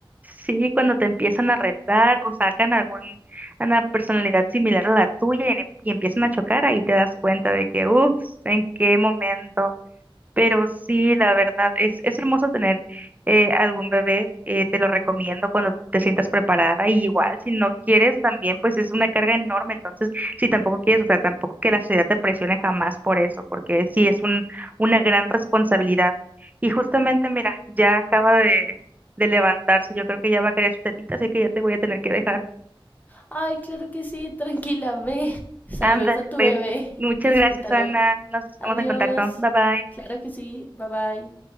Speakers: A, on the right; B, on the left.
A: Sí, cuando te empiezan a retar o sacan algún, una personalidad similar a la tuya y, en- y empiezan a chocar, ahí te das cuenta de que, ups, ¿en qué momento? Pero sí, la verdad, es, es hermoso tener eh, algún bebé, eh, te lo recomiendo cuando te sientas preparada y igual si no quieres también, pues es una carga enorme, entonces si tampoco quieres, o sea, tampoco que la sociedad te presione jamás por eso, porque sí es un, una gran responsabilidad. Y justamente, mira, ya acaba de, de levantarse, yo creo que ya va a querer su tetita, así que ya te voy a tener que dejar.
B: Ay, claro que sí, tranquila, ve. Saludos
A: Anda,
B: a tu
A: pues,
B: bebé,
A: muchas
B: <laughs> disfrútalo.
A: gracias, Ana, nos estamos
B: Adiós.
A: en contacto, bye bye.
B: Claro que sí, bye bye.